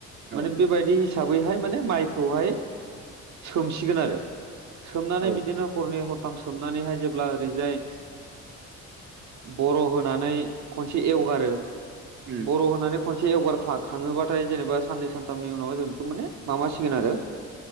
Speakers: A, on the right; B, on the right.
A: औ
B: माने बे बायदि हिसाबैहाय माने माइखौहाय सोमसिगोन आरो। सोमनानै
A: औ
B: बिदिनो हरनै हरथाम सोमनानैहाय जेब्ला ओरैजाय बर' होनानै खनसे एवगारो।
A: उम
B: बर' होनानै खनसे एवगार खाङोबाथाय जेनेबा साननै सानथामनि उनाव जों बेखौ माने माबासिगोन आरो